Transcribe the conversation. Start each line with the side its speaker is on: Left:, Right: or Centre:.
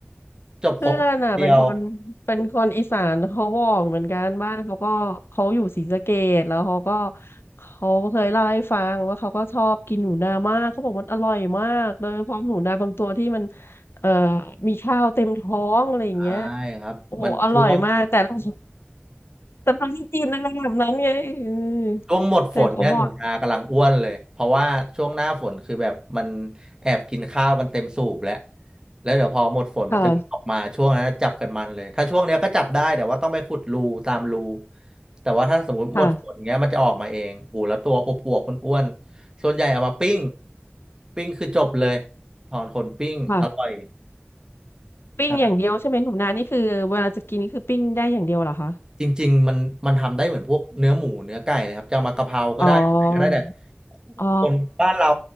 Right: จบครบเดียว
Left: เพื่อนอ่ะเป็นคนเป็นคนอีสานเขาบอกเหมือนกันบ้านเขาก็เขาอยู่ศรีสะเกษแล้วเขาก็เขาเคยเล่าให้ฟังว่าเขาก็ชอบกินหนูนามากเขาบอกมันอร่อยมากโดยเฉพาะหนูนาบางตัวที่มันเอ่อมีข้าวเต็มท้องอะไรอย่างเงี้ย
Right: ใช่ครับมันช่วง
Left: โอ้โหอร่อยมากแต่เราแต่เราไม่กินอะไรแบบนั้นไงอืม
Right: ช่วงหมดฝนเนี่ยหนูนากำลังอ้วนเลยเพราะว่าช่วงหน้าฝนคือแบบมัน
Left: แต่เขาบอก
Right: แอบกินข้าวกันเต็มสูบแล้วแล้วเดี๋ยวพอหมดฝนมันจะเริ่มออกมาช่วงนั้นจับกันมันเลยถ้าช่วงเนี้ยก็จับได้แต่ว่าต้องไปขุดรูตามรู
Left: ค่ะ
Right: แต่ว่าถ้าสมมติหมดฝนเงี้ยมันจะออกมาเองโอ้แล้วตัวอวบอวบอ้วนๆส่วนใหญ่เอามาปิ้ง
Left: ค่ะ
Right: ปิ้งคือจบเลยถอนขนปิ้งอร่อย
Left: ค่ะปิ้งอย่างเดียวใช่ไหมหนูนานี่คือเวลาจะกินนี่คือปิ้งได้อย่างเดียวเหรอคะ
Right: ใช่ จริงๆมันมันทำได้เหมือนพวกเนื้อหมูเนื้อไก่เลยครับจะเอามากะเพราก็ได้อะไรก็ได้แต่
Left: อ๋อ อ๋อ
Right: คนบ้านเรา